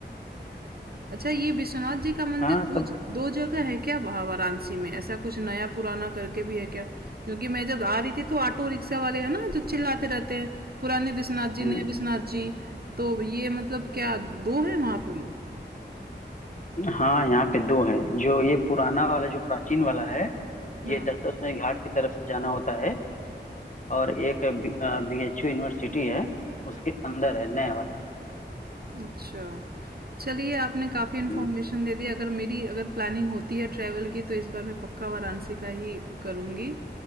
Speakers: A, on the right; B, on the left.
A: अच्छा ये विश्वनाथ जी का मंदिर
B: हाँ
A: दो
B: सब
A: ज 2 जगह है क्या वहाँ वाराणसी में? ऐसा कुछ नया-पुराना करके भी है क्या? क्योंकि मैं जब आ रही थी तो ऑटो रिक्शा वाले हैं ना जो चिल्लाते रहते हैं, पुराने विश्वनाथ जी,
B: हम्म
A: नए विश्वनाथ जी। तो ये मतलब क्या 2 हैं वहाँ पे?
B: हाँ यहाँ पे दो है जो ये पुराना वाला जो प्राचीन वाला है
A: हुँ।
B: ये दशाश्वमेध घाट की तरफ से जाना होता है और एक बी एच यू यूनिवर्सिटी है उसके अंदर है नया वाला
A: अच्छा। चलिए आपने काफ़ी इन्फॉर्मेशन
B: हम्म
A: दे दी अगर मेरी अगर प्लानिंग होती है ट्रैवल की तो इस बार मैं पक्का वाराणसी का ही करूँगी।